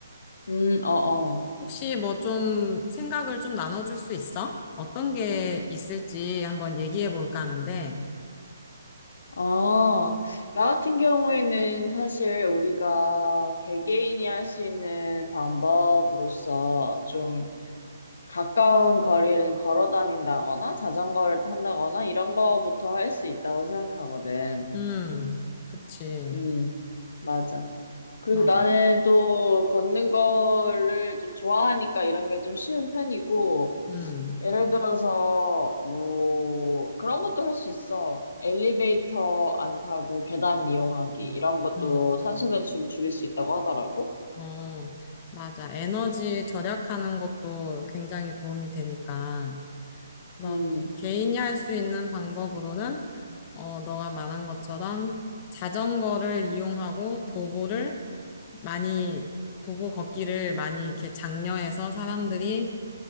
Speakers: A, on the left (about 65°); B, on the left (about 20°).
A: 음, 어, 어.
B: 혹시 뭐 좀 생각을 좀 나눠줄 수 있어? 어떤 게 있을지 한번 얘기해 볼까 하는데,
A: 아, 나 같은 경우에는 사실 우리가 개개인이 할 수 있는 방법으로서 좀 가까운 거리를 걸어 다닌다거나 자전거를 탄다거나 이런 거부터 할 수 있다고 생각하거든.
B: 음, 그치.
A: 음, 맞아. 그리고
B: 맞아.
A: 나는 또 걷는 거를 좀 좋아하니까 이런 게 좀 쉬운 편이고,
B: 음,
A: 예를 들어서 뭐 그런 것도 할 수 있어. 엘리베이터 안 타고 계단 이용하기 이런 것도
B: 음,
A: 탄소 배출을 줄일 수 있다고 하더라고.
B: 어, 맞아. 에너지 절약하는 것도 굉장히 도움이 되니까. 그럼
A: 음,
B: 개인이 할 수 있는 방법으로는, 어, 너가 말한 것처럼 자전거를 이용하고 도보를 많이, 도보 걷기를 많이 이렇게 장려해서 사람들이,